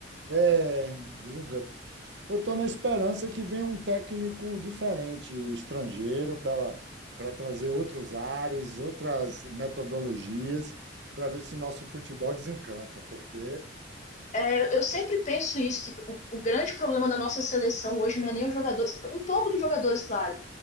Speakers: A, on the right; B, on the left.
A: É, desencanta. Eu estou na esperança que venha um técnico diferente, estrangeiro, para para trazer outros ares, outras metodologias, para ver se o nosso futebol desencanta, porque
B: Eu, eu sempre penso isso, que o, o grande problema da nossa seleção hoje não é nem os jogadores, um pouco dos jogadores, claro,